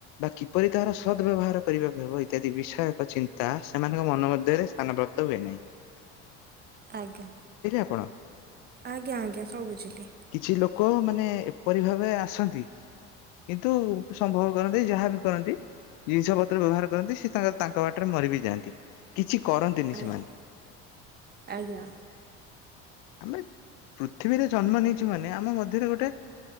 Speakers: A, on the left; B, on the right.
A: ବା କିପରି ତାହାର ସଦ୍ ବ୍ୟବହାର କରିବାକୁ ହେବ ଇତ୍ୟାଦି ବିଷୟକ ଚିନ୍ତା ସେମାନଙ୍କ ମନ ମଧ୍ୟରେ ସାନ ବ୍ରତ ହୁଏ ନହିଁ।
B: ଆଜ୍ଞା
A: ଆପଣ
B: ଆଜ୍ଞା ଆଜ୍ଞା ସବୁ ବୁଝିଲି।
A: କିଛି ଲୋକ ମାନେ ଏପରି ଭାବେ ଆସନ୍ତି। କିନ୍ତୁ ସମ୍ଭବ କରନ୍ତି ଯାହାବି କରନ୍ତି। ଜିନିଷ ପତ୍ର ବ୍ୟବହାର କରନ୍ତି ସେ ତା ତାଙ୍କ ବାଟରେ ମରି ବିି ଯାଆନ୍ତି। କିଛି କରନ୍ତିନି
B: ଆ-
A: ସେମାନେ।
B: ଆଜ୍ଞା
A: ଆମେ ପୃଥିବୀରେ ଜନ୍ମ ନେଇଛୁ ମାନେ ଆମ ମଧ୍ୟରେ ଗୋଟେ